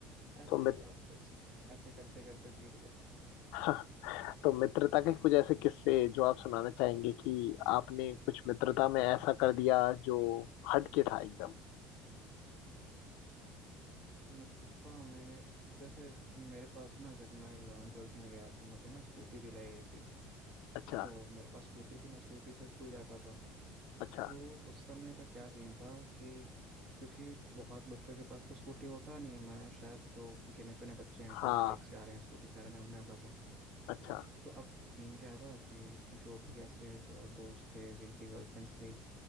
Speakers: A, on the right; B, on the left.
A: ऐसा
B: तो
A: ही
B: मित
A: था बस ऐसे करते करते बीत गया
B: <laughs> तो मित्रता के कुछ ऐसे किस्से जो आप सुनाना चाहेंगे कि आपने कुछ मित्रता में ऐसा कर दिया जो हट के था एकदम
A: मित्रता में जैसे मेरे पास ना जब मैं इलेवन ट्वेल्थ में गया तो मुझे ना स्कूटी दिलाई गई थी
B: अच्छा
A: तो मेरे पास स्कूटी थी मैं स्कूटी से स्कूल जाता था
B: अच्छा
A: तो उस समय का क्या सीन था कि क्योंकि बहुत बच्चों के पास तो स्कूटी होता नहीं है मैं शायद जो गिने चुने बच्चे हैं जो
B: हाँ
A: बाइक से आ रहे हैं स्कूटी से आ रहे हैं मैं उनमें आता था
B: अच्छा
A: तो अब सीन क्या था कि जो भी ऐसे जो दोस्त थे जिनकी गर्लफ्रेंड्स थी